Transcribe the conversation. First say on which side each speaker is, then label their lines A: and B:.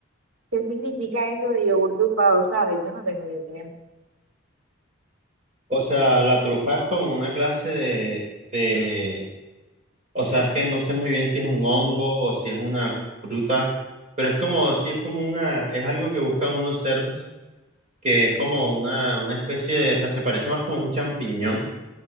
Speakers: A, on the right (about 85°); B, on the right (about 35°).
A: ¿Qué significa eso de yogur trufado? ¿Sabes? Yo no tengo idea.
B: O sea, la trufa es como una clase de, de, o sea, es que no sé muy bien si es un hongo o si es una fruta, pero es como, sí, es como una, es algo que buscan unos cerdos, que es como una, una especie de, o sea, se parece más como a un champiñón